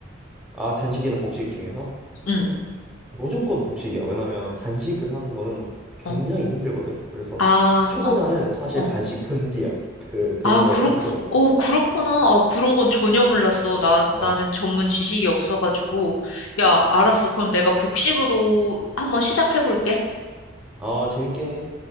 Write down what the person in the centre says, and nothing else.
아, 단식이나 복식 중에서
어, 무조건 복식이야. 왜냐면 단식을 하는 거는 굉장히
힘들거든. 그래서
초보자는
사실
단식 금지야. 그 동호회
활동에서.
어,
어 재밌게 해.